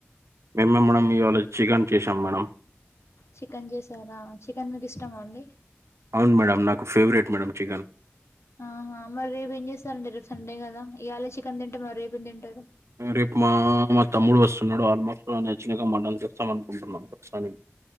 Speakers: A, on the right; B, on the left.
A: మేమే మేడం ఇవాళ చికెన్ చేసాం మేడం
B: చికెన్ చేసారా చికెన్ మీకు ఇష్టమా అండి
A: అవును మేడం నాకు ఫేవరెట్ మేడం చికెన్
B: ఆహా మరి రేపు ఏం చేస్తారండి రేపు సండే కదా ఇయళ చికెన్ తింటే మరి రేపు ఏ తింటారు
A: రేపు మా మా తమ్ముడు వస్తున్నాడు ఆల్మోస్ట్ నచ్చినగా మనం ఇస్తాం అనుకుంటున్నాం సనం